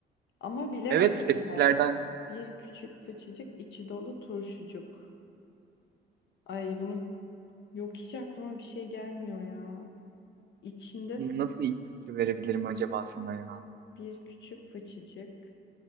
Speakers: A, on the left; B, on the right.
A: Ama bilemedim
B: Evet eskilerden
A: şu an. Bir küçük fıçıcık içi dolu turşucuk. Ay bunu yok hiç aklıma bir şey gelmiyor ya. İçinde
B: Nasıl ipucu verebilirim acaba sana ya?
A: bir küçük fıçıcık.